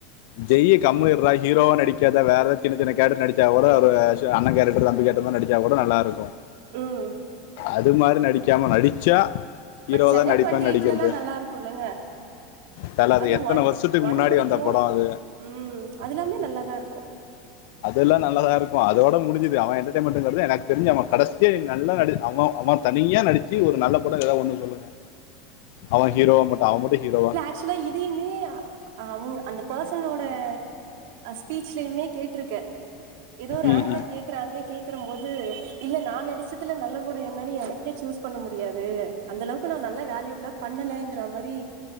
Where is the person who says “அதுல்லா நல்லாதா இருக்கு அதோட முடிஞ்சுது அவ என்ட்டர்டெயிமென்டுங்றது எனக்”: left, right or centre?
Left